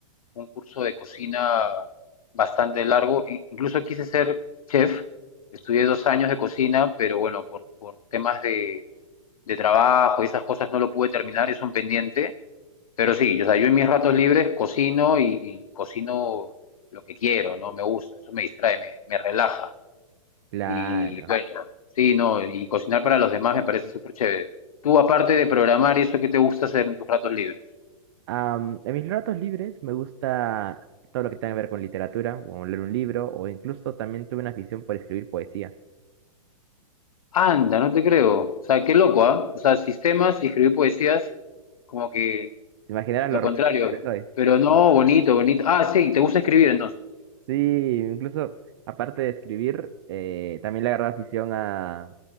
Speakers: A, on the left; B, on the right.
A: un curso de cocina bastante largo. Incluso quise ser chef. Estudié dos años de cocina, pero bueno, por, por temas de, de trabajo y esas cosas no lo pude terminar, es un pendiente. Pero sí, o sea, yo en mis ratos libres cocino y, y cocino lo que quiero, ¿no? Me gusta, eso me distrae, me, me relaja.
B: Claro.
A: Y bueno, sí, no, y cocinar para los demás me parece súper chévere. Tú, aparte de programar, ¿y eso qué te gusta hacer en tus ratos libres?
B: Am, en mis ratos libres me gusta todo lo que tenga que ver con literatura, como leer un libro, o incluso también tuve una afición por escribir poesía.
A: Anda, no te creo. O sea, qué loco, ¿ah? O sea, sistemas y escribir poesías, como que
B: ¿Te imaginarás
A: lo
B: lo
A: contrario.
B: romántico que soy?
A: Pero no, bonito, bonito. Ah, sí, te gusta escribir entonces.
B: Sí, incluso aparte de escribir, eh, también le agarré afición a...